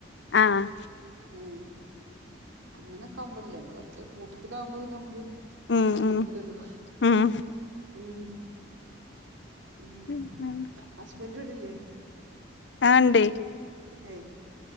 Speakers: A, on the left; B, on the right.
A: ആഹ്
B: ഉം അങ്ങനൊക്കെ ആവുമ്പോഴല്ലേ ത് ഒറ്റ കൂട്ടത്തിലാകുമ്പോ പിന്നെ നമ്മള്
A: ഉം
B: ആ ശ്രദ്ധിക്കൂലല്ലോ
A: ഉം ഉം
B: ഉം ഉം
A: പിന്നെ
B: ഹസ്ബൻഡ് ഇവിടില്ലേ
A: ആണ്ടേ
B: ഏ